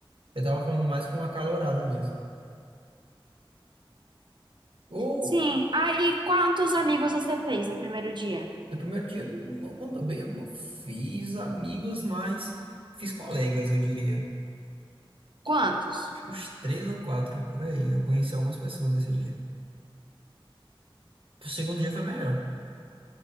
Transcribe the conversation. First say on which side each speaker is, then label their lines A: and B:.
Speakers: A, on the right (about 75°); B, on the right (about 55°).
A: eu tava falando mais com uma calorada mesmo. Ou
B: Sim. Aí, quantos amigos você fez no primeiro dia?
A: no primeiro dia eu não, não- bem, eu não fiz amigos, mas fiz colegas, eu diria.
B: Quantos?
A: Acho que uns três ou quatro por aí. Eu conheci algumas pessoas nesse dia. O segundo dia foi melhor,